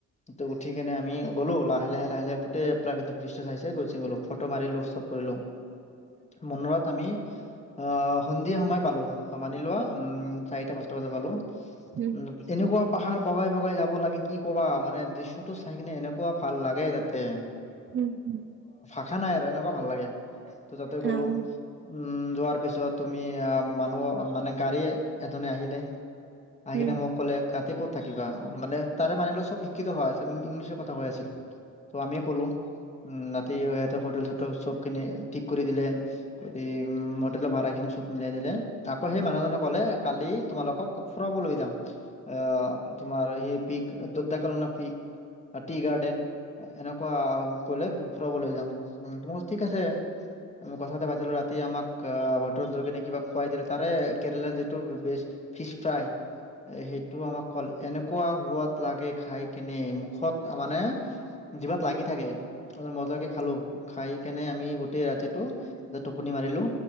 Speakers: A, on the left; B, on the right.
A: ত উঠি কেনে আমি গ'লো লাহে লাহে লাহে লাহে। প্ৰাকৃতিক দৃশ্য চাইছে গৈছে গ'লো, ফটো মাৰিলো উৎসৱ কৰিলো মনত আমি আহ সন্ধিয়া সময় পালো মানি লোৱা উম চাৰিটা পাচতা। <unintelligible> বালো
B: উম,
A: উ এনেকুৱা। পাহাৰ বগাই বগাই যাব লাগে কি কবা মানে দৃশ্যটো চাই কিনে এনেকুৱা ভাল লাগে তাতে।
B: হম হম।
A: খা নাই আৰু এনেকুৱা ভাল লাগে ত' যাতে
B: অ'।
A: গ'লো উম যোৱাৰ পিছত তুমি আ মানুহ মানে গাড়ীয়ে এজননে আহিলে
B: উম,
A: আহি কিনে মোক ক'লে। ক'ত থাকিবা মানে তাৰে মানুহবিলাক চব শিক্ষিত হয়। ইংলিছত কথা কৈ আছিল। ত' আমি ক'লো উ ৰাতি সিহতে হোটেল চোটেল চব খিনি ঠিক কৰি দিলে কৰি হোটেল ভাত সেই খিনি চব মিলাই দিলে, আকৌ সেই মানুহজনে ক'লে কালি তোমালোকক ফুৰাব লৈ যাম, অ তোমাৰ সেই পিক দেকালনা পিক টি গাৰ্ডেন, এনেকুৱা কৰিলে ফুৰাব লৈ যাম। উ তোমাৰ ঠিক আছে। আমি কথা কথা পাতিলো ৰাতি আম হোটেলত লৈ কিনে কিবা খুৱাই দিলে তাৰে কেৰেলাৰ যিটো বেষ্ট ইছ ফ্ৰাই, এ সেইটো আমাক কলে এনেকুৱা সোৱাদ লাগে খাই কেনে মুখত, মানে জিভাত লাগি থাকে। আৰু মাকে খালো, খাই কেনে আমি গোটেই ৰাতিটো যে টোপনি মাৰিলো,